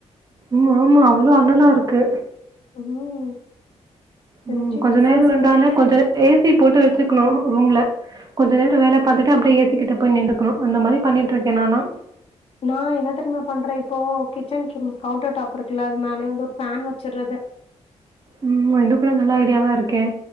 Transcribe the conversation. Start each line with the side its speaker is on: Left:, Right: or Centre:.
Right: உம் ஆமா அவ்ளோ அண்ணலா இருக்கு
Left: ம் ஏதாச்சு
Right: உம் கொஞ்ச
Left: ஈஸியா
Right: நேரம்
Left: செஞ்சுட்டு
Right: இருந்தாலே கொஞ்ச ஏ சி போட்டு வச்சுக்கணு ரூம்ல கொஞ்ச நேரம் வேல பாத்துட்டு அப்படியே ஏ சிக்கிட்ட போய் நின்டுக்கனு அந்த மாதிரி பண்ணிட்டு இருக்கே நாலா
Left: நா என்ன தெரியுமா பண்றே இப்போ கிச்சன் கவுண்டர் டாப் இருக்குல்ல அது மேலயே வந்து ஒரு ஃபேன் வச்சுடுறது
Right: உம் இது கூட நல்ல ஐடியாவா இருக்கே